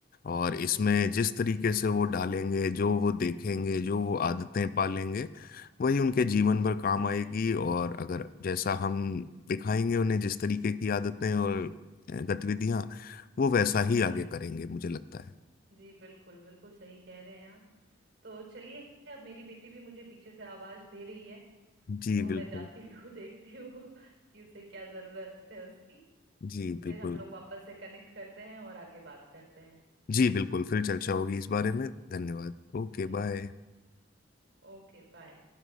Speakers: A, on the left (about 45°); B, on the right (about 65°).
A: और इसमें
B: जी
A: जिस तरीके से वो डालेंगे जो वो देखेंगे जो वो आदतें पालेंगे वही उनके जीवन भर काम
B: जी
A: आएगी और अगर जैसा हम दिखाएंगे उन्हें जिस तरीके की आदतें और अ, गतिविधियां वो वैसा ही
B: जी
A: आगे करेंगे मुझे लगता है
B: जी बिल्कुल बिल्कुल सही कह रहे हैं आप तो चलिए अब मेरी बेटी भी मुझे पीछे से आवाज दे रही है
A: जी
B: तो मैं
A: बिल्कुल
B: जाती <laughs> हूँ देखती हूँ कि उसे क्या जरूरत है उसकी
A: जी
B: फिर
A: बिल्कुल
B: हम लोग वापस से कनेक्ट करते हैं और आगे बात करते हैं
A: जी बिल्कुल फिर चर्चा होगी इस बारे
B: जी
A: में धन्यवाद ओके
B: जी
A: बाय
B: Okay bye